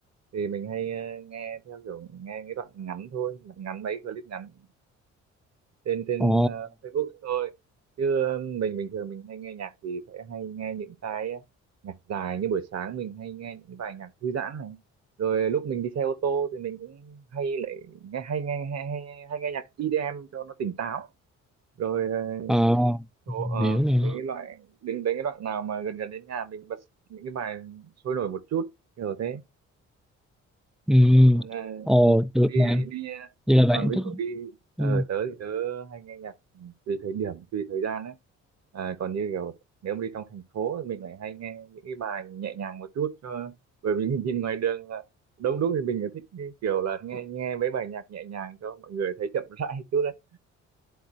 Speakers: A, on the right (about 60°); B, in the centre.
A: thì mình hay ờ, nghe theo kiểu nghe cái đoạn ngắn thôi, ngắn mấy clip ngắn trên trên
B: ồ
A: ờ, Facebook thôi chứ ờ, mình bình thường mình hay nghe nhạc thì sẽ hay nghe những cái nhạc dài như buổi sáng mình hay nghe những cái bài nhạc thư giãn này rồi lúc mình đi xe ô tô thì mình cũng hay lại nghe hay nghe hay, hay, hay nghe nhạc EDM cho nó tỉnh táo rồi ờ,
B: ờ,
A: chỗ ờ,
B: hiểu nè
A: đến cái loại đến đến cái đoạn nào mà gần gần đến nhà mình bật những cái bài sôi nổi một chút kiểu thế
B: ừ
A: còn à,
B: ồ
A: ừ,
B: được
A: còn đi
B: nè
A: đi à,
B: vậy là bạn
A: còn ví
B: thích
A: dụ đi ở
B: ừ.
A: tớ thì tớ hay nghe nhạc ừ, tùy thời điểm tùy thời gian ấy à, còn như kiểu nếu mà đi trong thành phố thì mình lại hay nghe những cái bài nhẹ nhàng một chút cho bởi vì <laughs> mình nhìn ngoài đường là đông đúc thì mình lại thích cái kiểu là nghe nghe mấy bài nhạc nhẹ nhàng cho mọi người thấy chậm <laughs> rãi chút đấy